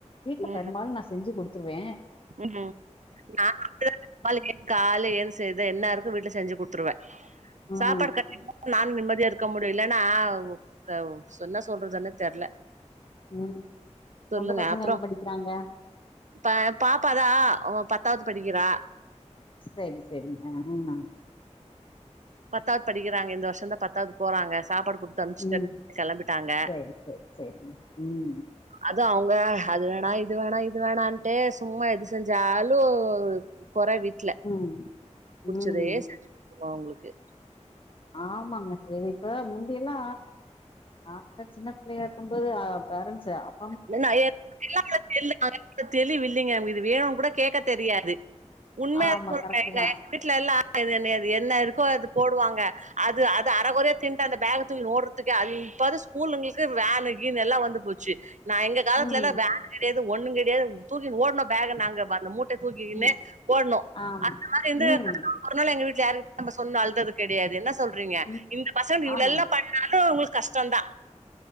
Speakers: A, on the left; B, on the right.
A: வீட்ல
B: ம்
A: பெருபாலு நா செஞ்சு குடுத் த்துடுவே
B: ம் உம் ந <inaudible> காலேஜ கால ஏன்ச்சி எது என்ன இருக்கு வீட்ல செஞ்சு குடு துர்வே
A: ம்
B: சாப்பாடு கட் <inaudible> நான்ன் நிம்மதியா இருக்க முடில நா உ க உ சென்ன சொல்றதுனே தெர்ல
A: உம்
B: சொல்லுங்க
A: உங்க பசங்க
B: அப்றோ
A: என்ன படிக்குறாங்க
B: ப பாப்பாதா அவ பத்தாது படிக்கிறா
A: சேரி சேரிங்க ம்
B: பத்தாத் படிக்குறாங்க இந்த வர்ஷந்தா பத்தாவ்து போறாங்க சாப்பாடு குடுத்து அம்ச்ட்ட
A: ம்
B: கெளம்பிட்டாங்க
A: சேரி சேரி சேரிங்க ம்
B: அது அவ் வ அது வேணா இது வேணா இது வேணாண்டே சும்மா எதுசெஞ்சாலூ கொற வீட்ல
A: ம்
B: புடிச்சதே
A: ம்
B: செஞ்சு வா உங்குளுக்கு
A: ஆமாங்க சேரி இப்ப முந்தியெல்லா நாளா சின்ன பிள்ளேள அப்பம்போது ஆஹ் பேரண்ஸ்ஸ அப்
B: நென்னா ஏர் <inaudible> இப்ப தெளிவில்லைங்க உங்கிது வேணூ கூட கேக்க தெரியாது உண்ம
A: ஆமா கரெக்ட்
B: <inaudible>
A: தா
B: வீட்லெல்லா எது என்ன ஏது என்ன இருக்கோ அது போடுவாங்க அது அது அரகொரியா தின் ப்ப அந்த பேக தூகிட் ஓடுறதுக்கே அஹ்ழி இப்பாது ஸ்கூலுங்கிளுக்கு வேனு கீன்னு எல்லா வந்து போச்சு நா எங்க கால்த்துலலா
A: ம்
B: வேனு கீனு எ து ஒண்ணுங் கெடுயா தூரு தின் ஓட்னோ பேக நாங்க பா அந்த மூட்ட தூக்கி இன்னு
A: ம்
B: ஓட்னோ
A: ஆமா
B: அந்த மாரி இர்ந்து
A: ம்
B: <unintelligible> அதுனால எங்க வீட் யாரு நம்ம சொன்னோ அழ்தது கெடுயாது என்னா சொல் றீங்க
A: ம்
B: இந்த பசங் இவுளெல்லா
A: ஆமா
B: பண்ணாலூ உங்ளுக் கஷ்டோந்தா